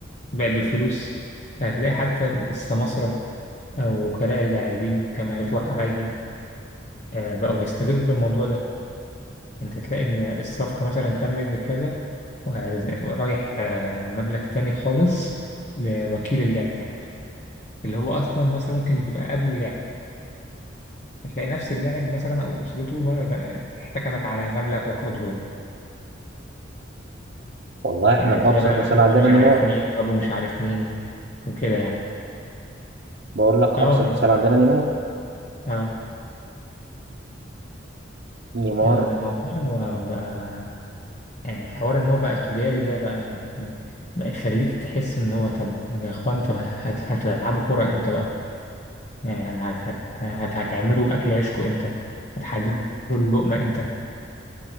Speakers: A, on the left; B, on the right.
A: بقت بالفلوس هتلاقي حتى السماسرة او وكلاء اللاعبين كما يطلق عليهم آه، بقوا بيستغلوا الموضوع ده انت تلاقي ان الصفقة مثلا تمت بكذا وهز- ورايح آه، مبلغ تاني خالص لوكيل اللاعب اللي هو اصلا مثلا ممكن يبقى ابو اللاعب هتلاقي نفس اللاعب مثلا او اسرته ما- ما- احتكمت على مبلغ وقدره يعني.
B: والله احنا
A: يعني هتلاقي
B: أبسط
A: بقى
B: مثال
A: أم
B: عندنا
A: مش
B: نيمار
A: عارف مين وأبو مش عارف مين وكده يعني
B: بقول لك
A: اه
B: أبسط
A: يعني
B: مثال
A: ممكن-
B: عندنا نيمار
A: اه
B: نيمار
A: الموضوع بقى بقى- يعني حوار إن هو بقى تجاري ده بقى يعني بقى يخليك تحس إن هو طب يا إخوان طب هت- هتلعبوا كورة إمتى بقى؟ يعني هت هت هت هتعملوا أكل عيشكوا إمتى؟ هتحددوا اللقمة إمتى؟